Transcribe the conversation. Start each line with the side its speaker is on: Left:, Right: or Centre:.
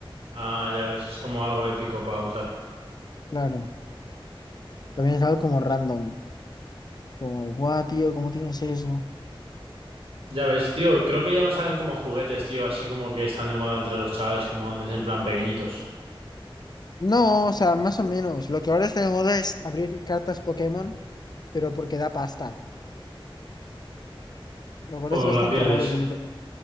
Right: Ah, ya ves, es como algo épico para usar.
Left: Claro. También es algo como random. Como, ¡buah, tío! ¿Cómo tienes eso?
Right: Ya ves, tío, creo que ya no salen como juguetes, tío, así como que están de moda entre los chavales, como antes en plan pequeñitos.
Left: No, o sea, más o menos. Lo que ahora está de moda es abrir cartas Pokémon, pero porque da pasta. Lo cual
Right: O
Left: es bastante
Right: la pierdes.
Left: raro que lo